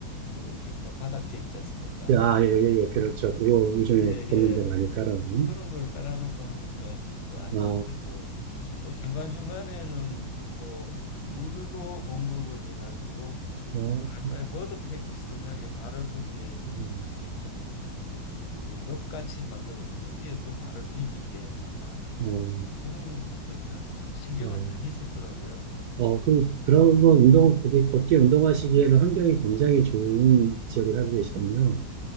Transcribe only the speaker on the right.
아, 예, 예, 예, 그렇죠. 그거 요즘에
걷는데 많이 깔아놓은.
아,
아,
음,
어,
어,
어, 그, 그런 건 운동, 그게 걷기 운동하시기에는 환경이 굉장히 좋은 지역에 살고 계시군요.